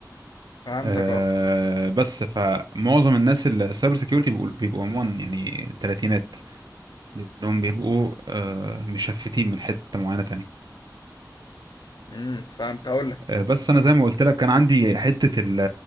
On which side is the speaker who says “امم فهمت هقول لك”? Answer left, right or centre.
Left